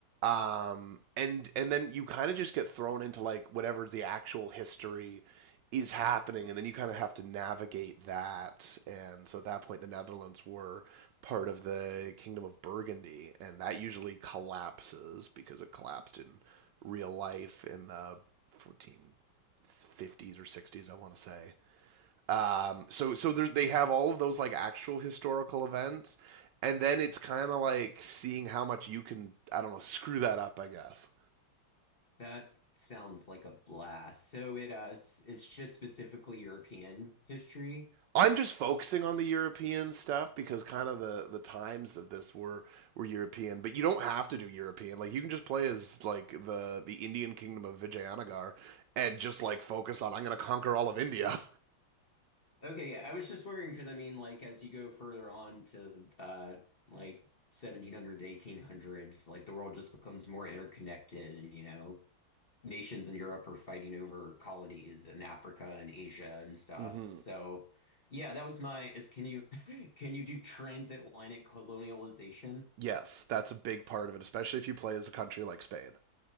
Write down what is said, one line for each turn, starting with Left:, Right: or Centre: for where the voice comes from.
Right: um, and and then you kind of just get thrown into like whatever the actual history is happening, and then you kind of have to navigate that. And so at that point, the Netherlands were part of the Kingdom of Burgundy, and that usually collapses because it collapsed in real life in the 1450s or 60s, I want to say. Um, so so they have all of those like actual historical events, and then it's kind of like seeing how much you can I don't know screw that up. I guess
Left: That sounds like a blast. So it uh, s- it's just specifically European history.
Right: I'm just focusing on the European stuff because kind of the the times of this were were European, but you don't have to do European. Like you can just play as like the the Indian kingdom of Vijayanagar and just like focus on I'm going to conquer all of India.
Left: Okay, yeah, I was just wondering because I mean, like, as you go further on to uh, like seventeen hundred to 1800s, like the world just becomes more interconnected, and you know, nations in Europe are fighting over colonies in Africa and Asia and stuff.
Right: <laughs> hmm
Left: So yeah, that was my is can you <laughs> can you do transatlantic colonialization?
Right: Yes, that's a big part of it, especially if you play as a country like Spain.